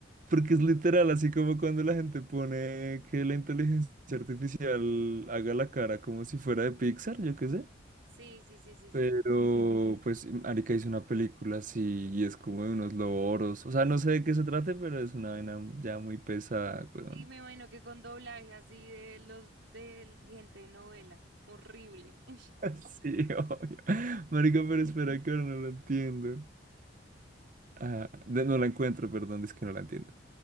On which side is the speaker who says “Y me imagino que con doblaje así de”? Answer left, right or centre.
Right